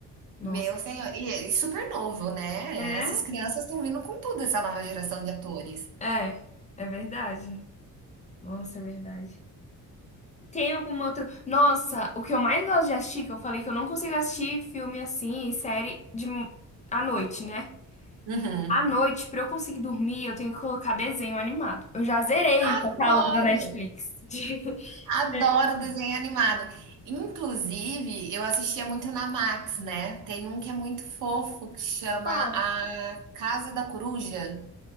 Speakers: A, on the left; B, on the right.
A: Nossa.
B: Meu senhor, e e super novo, né.
A: É?
B: Essas crianças estão vindo com tudo, essa nova geração de atores.
A: É, é verdade. Nossa, é verdade. Tem alguma outra. Nossa, o que eu mais gosto de assistir, que eu falei que eu não consigo assistir filme assim, série de à noite, né?
B: Uhum.
A: À noite, pra eu conseguir dormir, eu tenho que colocar desenho animado. Eu já zerei o
B: Adoro,
A: catálogo da Netflix. De... <laughs>
B: adoro desenho animado. Inclusive, eu assistia muito na Max, né. Tem um que é muito fofo que chama
A: Qual?
B: A Casa da Coruja.